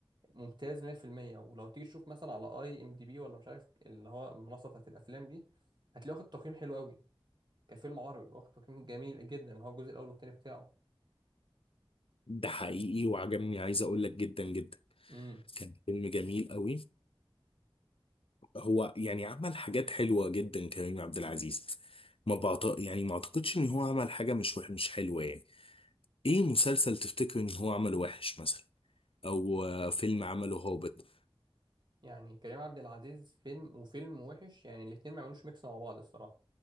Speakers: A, on the right (about 50°); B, on the left (about 75°).
A: ممتاز 100% ولو تيجي تشوف مثلا على اي ام دي بي ولا مش عارف اللي هو المنصه بتاعت الافلام دي هتلاقيه واخد تقييم حلو قوي كفيلم عربي واخد تقييم جميل جدا اللي هو الجزء الاول والثاني بتاعه
B: ده حقيقي وعجبني عايز اقول لك جدا جدا
A: امم
B: كان فيلم جميل قوي هو يعني عمل حاجات حلوة جدا كريم عبد العزيز ما بعت... يعني ما اعتقدش ان هو عمل حاجة مش وح... مش حلوة يعني ايه مسلسل تفتكر ان هو عمله وحش مثلا او آه، فيلم عمله هابط
A: يعني كريم عبد العزيز فيلم وفيلم وحش يعني الاتنين ما يعملوش ميكس مع بعض الصراحه